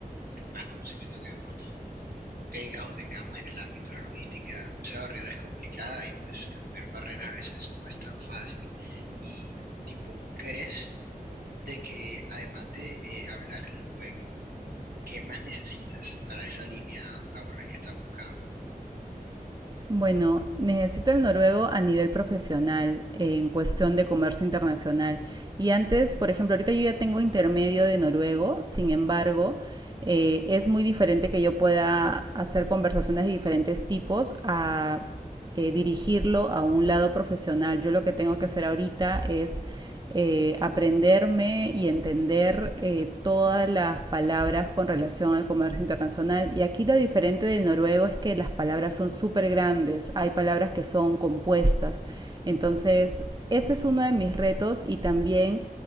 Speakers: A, on the right; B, on the right.
A: por más conocimiento que de pronto tengas o tengamos en el ámbito de la logística, esa barrera es complicada y pues romper barreras a veces no es tan fácil. Y tipo, ¿crees de que además de eh, hablar en los juegos, qué más necesitas para esa línea laboral que estás buscando?
B: Bueno, necesito el noruego a nivel profesional, eh, en cuestión de comercio internacional. Y antes, por ejemplo, ahorita yo ya tengo intermedio de noruego, sin embargo, eh, es muy diferente que yo pueda hacer conversaciones de diferentes tipos a eh, dirigirlo a un lado profesional. Yo lo que tengo que hacer ahorita es eh, aprenderme y entender eh, todas las palabras con relación al comercio internacional. Y aquí lo diferente del noruego es que las palabras son súper grandes, hay palabras que son compuestas. Entonces, ese es uno de mis retos y también